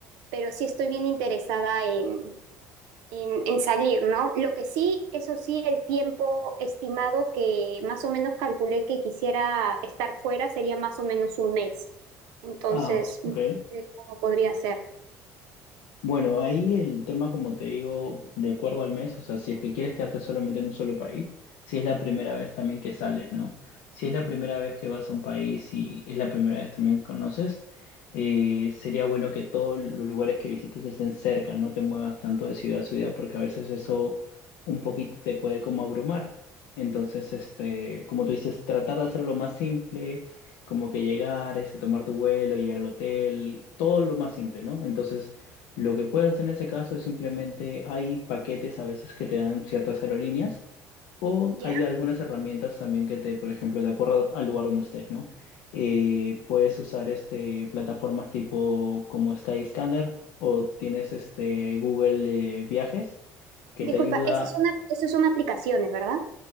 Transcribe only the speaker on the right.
pero sí estoy bien interesada en, en, en salir, ¿no? Lo que sí, eso sí, el tiempo estimado que más o menos calculé que quisiera estar fuera sería más o menos un mes. Entonces,
no sé cómo podría ser.
Ya.
Disculpa,
esas son, ap- esas son aplicaciones, ¿verdad?